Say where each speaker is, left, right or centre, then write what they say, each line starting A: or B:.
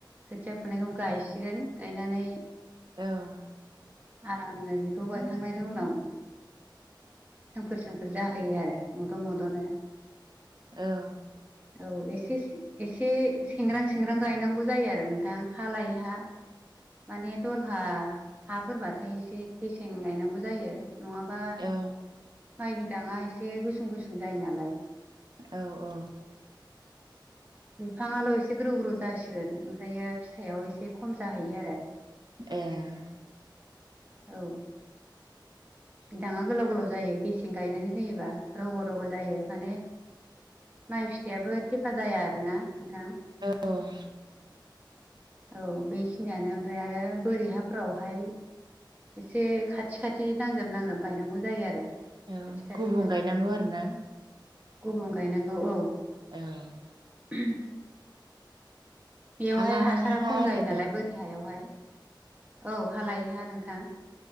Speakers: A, on the right; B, on the right.
A: खोथिया फुनायखौ गायसिगोन गायनानै
B: औ
A: आरामनो बेखौ गायखांनायनि उनाव सोमखोर सोमखोर जाहोयो आरो मोद' मोद'नो
B: औ
A: औ एसे एसे एसेसेंग्रां सेंग्रां गायनांगौ जायो आरो नोंथां हा लायै हा माने दलहा हाफोरबाथाय एसे गेसें गायनांगौ जायो नङाबा
B: द'
A: माइ बिदाङा एसे गुसुं गुसुं जायो नालाय
B: औ औ
A: बिफाङाल' एसे ग्रौ ग्रौ जासिगोन ओमफ्रायो फिथाइआव एसे खम जाहैयो आरो <inaudible>
B: एह
A: औ बिदाङा गोलाव गोलाव जायो गेसें गायनानै होयोबा रग' रग' जायो माने माइ फिथाइयाबो थेफा जाया आरो ना नोंथां
B: औ
A: औ बेखिनियानो ओमफ्राय आरो बोरै हाफोरावहाय एसे खाथि खाथि नांजाब नांजाब गायनांगौ जायो आरो खाथि
B: औ
A: खाथिनो
B: गुबुं गायनांगौ आरो ना
A: गुबुं गायनांगौ औ
B: औ
A: उम बेयावहाय
B: हा लानानै
A: हासारा
B: हा
A: खम
B: आरो
A: जायो नालाय बोरि हायावहाय औ हालायैहा नोंथां।